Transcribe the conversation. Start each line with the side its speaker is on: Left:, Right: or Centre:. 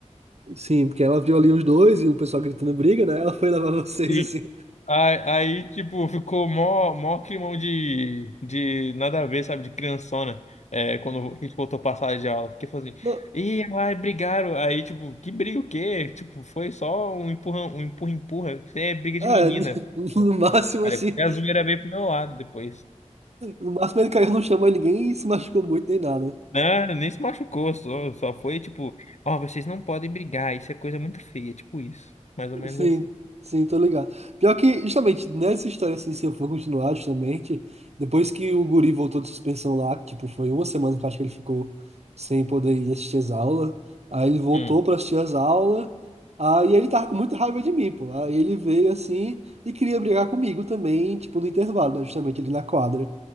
Right: Sim, porque ela viu ali os dois e o pessoal gritando briga, né? Ela foi levar vocês
Left: e
Right: assim.
Left: Aí, aí, tipo, ficou mó, mó climão de, de nada a ver, sabe? De criançona, é, quando a gente voltou pra sala de aula. Porque falou assim,
Right: No,
Left: ih, ai, brigaram. Aí, tipo, que briga o quê? Tipo, foi só um empurra, um empurra, empurra. Isso é briga
Right: ah,
Left: de menina.
Right: <laughs> no máximo
Left: Aí
Right: assim.
Left: depois a zoeira veio pro meu lado depois.
Right: No máximo ele caiu no chão, mas ninguém se machucou muito nem nada. né?
Left: Né? Nem se machucou, só, só foi tipo, ó, vocês não podem brigar, isso é coisa muito feia, tipo isso. Mais ou menos
Right: Sim,
Left: assim.
Right: sim, tô ligado. Pior que, justamente, nessa história, assim, se eu for continuar, justamente, depois que o guri voltou de suspensão lá, que, tipo, foi uma semana que eu acho que ele ficou sem poder ir assistir as aulas, aí ele voltou
Left: Hum,
Right: pra assistir as aulas, aí ele tava com muita raiva de mim, pô. Aí ele veio, assim, e queria brigar comigo também, tipo, no intervalo, né, justamente, ali na quadra.